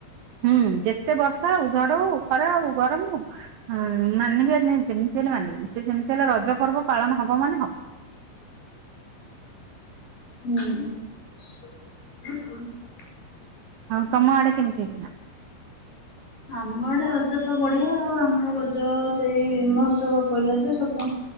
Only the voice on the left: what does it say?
ହୁଁ ଉଁ।
ଆମ ଆଡେ ରଜ ତ ବଢିଆ ଆଉ, ଆମର ରଜ ସେଇ ମହୋତ୍ସବ ପଇଲା ଯେ ସବୁ